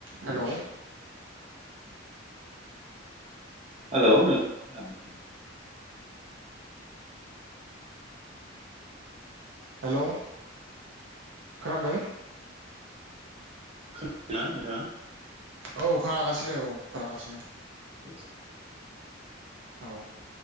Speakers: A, on the right; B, on the right.
A: Hello
B: hello नोंथ खोनादों ना?
A: हेलौ खोनादों?
B: खोनादोंना नोंथाङा?
A: औ खोना गासिनो औ खोनागासिनो
B: <inaudible>
A: औ